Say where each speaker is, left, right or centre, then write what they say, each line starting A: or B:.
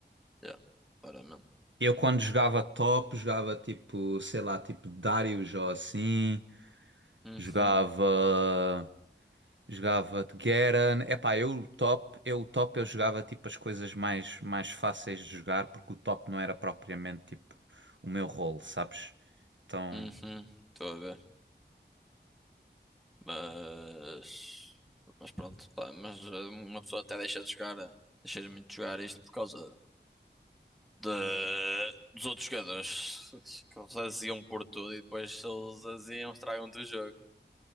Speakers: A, in the centre; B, on the right (about 90°).
A: Yeah, claramente.
B: Eu quando jogava top, jogava tipo, sei lá, tipo Darius ou assim.
A: Uhum,
B: Jogava. Jogava de Garen. Epá, eu o top, eu o top eu jogava tipo as coisas mais, mais fáceis de jogar porque o top não era propriamente tipo o meu rol, sabes? Então.
A: uhum. Estou a ver. Mas. Mas pronto, pá, mas eh, uma pessoa até deixa de jogar. eh, Deixa de muito jogar isto por causa de- dos outros jogadores. Que eles aziam por tudo e depois se eles aziam, estragam-te o jogo.